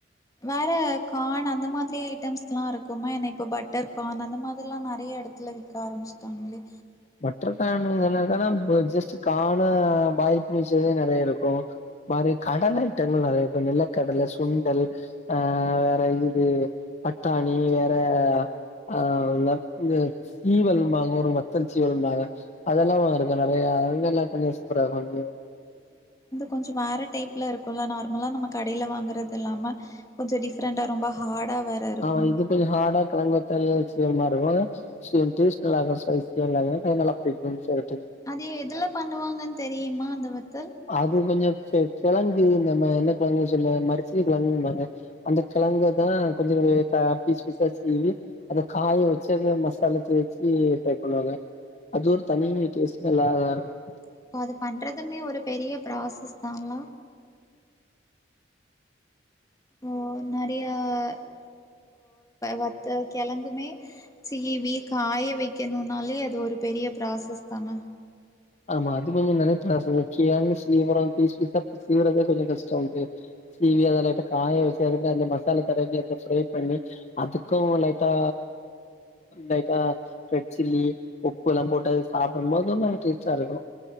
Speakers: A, on the left; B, on the left.
A: வேற கார்ன் அந்த மாதிரி ஐட்டம்ஸ் எல்லாம் இருக்குமா என்ன்ன இப்ப பட்டர் கார்ன் அந்த மாதிரி எல்லாம் நிறைய இடத்துல விக்க ஆரம்பிச்சுட்டாங்களே
B: பட்டர்கான் நல்லா தானே ஜஸ்ட்டு கான் பைக்மிஷன் நிறைய இருக்கும் மாதிரி கடல ஐட்டங்கள் நிறைய இருக்கும் நிலக்கடலை சுண்டல் அஹ் வேற இது பட்டாணி வேற ஆஹ் இது சீவல் மாங்கா ஒரு ரூபா திருச்சி வரும்பாக அதெல்லாம் வா இருக்க நிறைய அங்க எல்லாம் கொஞ்ச சூப்பரா இருக்கும்
A: கொஞ்சம் வேர டைப்ல இருக்கும்ல்ல நார்மலா நம்ம கடையில் வாங்கறது இல்லாம கொஞ்சம் டிஃப்ரெண்டா ரொம்ப ஹார்டா வேற இருக்கு
B: ஆமா இது கொஞ்சம் ஹாடா <unintelligible> <unintelligible> சோ டேஸ்ட் நல்லா இருக்கும் ஸ்பைசியா நல்லா ப்ரிப்ரின்ஸ் இருக்கு <unintelligible>
A: அது எதுல பண்ணுவாங்கன்னு தெரியுமா அந்த வத்
B: அது கொஞ்சம் சே கிழங்கு இந்த என்ன கிழங்கு சொல்ல மரிசில் கிழங்கு என்பாங்க கிழங்கு தான் கொஞ்சம் ப பீஸ் பீஸ்சா சீவி அது காய வச்சு அது மஸ் தல தேச்சி டெட் பண்ணுவாங்க அது ஒரு தனி <unintelligible> எல்லாரும் நல்லா இருக்கோம்
A: இப்ப அது பண்றதுமே ஒரு பெரியப் பிரசாஸ்தான்ல ஓ நிறைய வத்த கிழங்குமே சி வ கா காய வைக்கணும்னாலே அது ஒரு பெரிய ப்ராசஸ் தானே
B: ஆமா <unintelligible> அது கொஞ்சம் நினைச சீவிரம் பீஸ் பீா சீவரதே கொஞ்சம் கஷ்டம்க்கு சீவி அதை லைட்டா காய வச்சந்த மசாலா தடவிி அத ஃப்ரை பண்ணி அதுக்கும் ட்டா லைட்டா ரெட் சில்லி உப்பு எல்லாம் போட்டது சாப்பிடும் போது சரிப்ப <unintelligible>